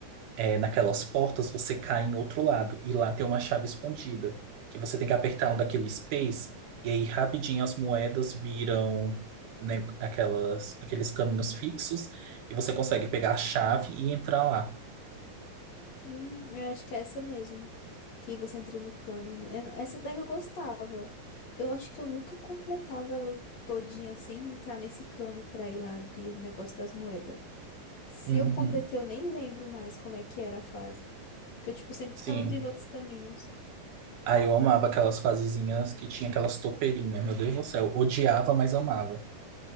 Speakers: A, on the right (about 70°); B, on the left (about 50°).
A: é, naquelas portas você cai em outro lado. E lá tem uma chave escondida, que você tem que apertar um daqueles pés, e aí rapidinho as moedas viram, né, aquelas, aqueles caminhos fixos, e você consegue pegar a chave e entrar lá.
B: Hum, eu acho que é essa mesmo. Que você entra no cano, né? Era- Essa até que eu gostava. Eu acho que eu nunca completava ela todinha sem entrar nesse cano pra ir lá abrir o negócio das moedas. Se
A: Uhum,
B: eu completei, eu nem lembro mais como é que era a fase. Porque eu, tipo, sempre
A: sim.
B: ficava abrindo outros caminhos.
A: Ah, eu amava aquelas fasezinhas que tinha aquelas topeirinhas, meu Deus do céu. Odiava, mas amava.